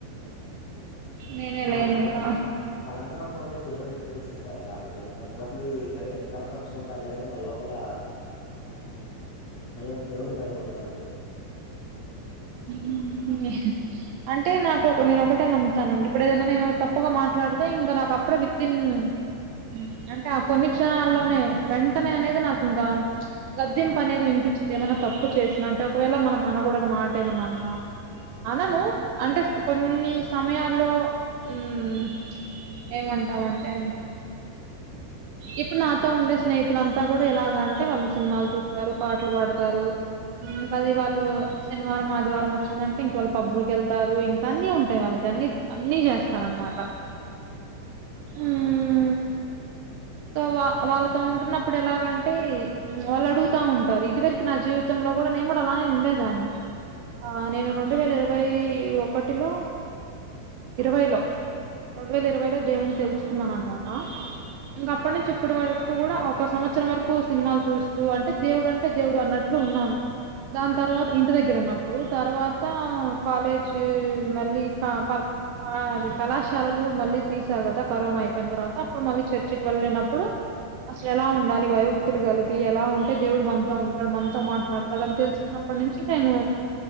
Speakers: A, on the right (about 80°); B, on the left (about 50°).
A: నేనే
B: మా
A: లేను
B: బలంగా
A: ఇంకా
B: బలంగా ఉన్నామని దేవునికి తెలిస్తే చాలండి కొంతమంది బయటకి కనపరుచుకుంటారులే గానీ వాళ్లు లోపల భయం దేవుని భయం ఉండదండి
A: ఉమ్మ్ అంటే నాకు ఒక నేను ఒకటే నమ్ముతానండి ఇప్పుడు ఏదైనా నేను తప్పుగా మాట్లాడితే ఇంగ నాకు అప్పుడే విత్ఇన్ ఉమ్మ్ అంటే ఆ కొన్ని క్షణాల్లోనే వెంటనే అనేది నాకు ఇంగ గదింపు అనేది వినిపిచ్చిద్ది ఏమన్నా తప్పు చేసిన అంటే ఒకవేళ మనం అనగూడని మాట ఏమన్నా అన్నా అనను అంటే కొన్ని సమయాల్లో ఉమ్మ్ ఏమంటామంటే ఇప్పుడు నాతో ఉండే స్నేహితులంతా కూడా ఎలాగ అంటే వాళ్ళు సినిమాలు చూస్తారు పాటలు పాడుతారు ఇంకా అది వాళ్లు శనివారం ఆదివారం వచ్చిందంటే ఇంక శనివారం ఆదివారం వచ్చిందంటే వాళ్ళు పబ్బులకి వెళ్తారు ఇంకా అన్నీ ఉంటాయి వాళ్ళకి అన్ని అన్ని చేస్తారు అనమాట ఉమ్ సో వా వాళ్ళతో ఉంటున్నప్పుడు ఎలాగంటే వాళ్ళు అడుగుతా ఉం ఇది వరకు నా జీవితంలో గూడా నేను గూడా అలానే ఉండేదాన్ని ఆ నేను రెండు వేల ఇరవై ఒకటిలో ఇరవైలో రెండు వేల ఇరవైలో దేవుని తెలుసుకున్నాను అన్నమాట ఇంగ అప్పటి నుంచి ఇప్పటి వరకు కూడా ఒక సంవత్సరం వరకు సినిమాలు చూస్తూ అంటే దేవుడు అంటే దేవుడు అన్నట్టు ఇప్పుడు ఉన్నాను దాని తర్వాత ఇంటి దగ్గర ఉన్నప్పుడు తర్వాత కాలేజీ మళ్ళీ ప ప పా కళాశాలలు మళ్ళీ తీసారు కరోనా అయిపోయిన తర్వాత అప్పుడు మళ్ళీ చర్చికి లేనప్పుడు అసలు ఎలా ఉండాలి వైభక్తులు కలిగి ఎలా ఉంటే దేవుడు మనతో ఉంటాడు మనతో మాట్లాడతాడు అని తెలుసు అప్పటి నుంచి ఇంకా నేను